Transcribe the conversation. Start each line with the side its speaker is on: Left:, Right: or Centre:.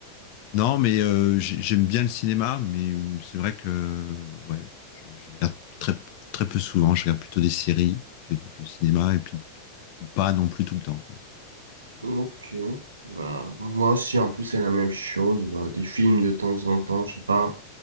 Left: Non, mais euh, j'ai- j'aime bien le cinéma, mais euh, c'est vrai que ouais, je, je regarde très très peu souvent. Je regarde plutôt des séries que, que le cinéma, et puis, puis pas non plus tout le temps, quoi. C'est-
Right: Ok. Voilà. Moi aussi, un peu, c'est la même chose. Bah, des films de temps en temps, je sais pas,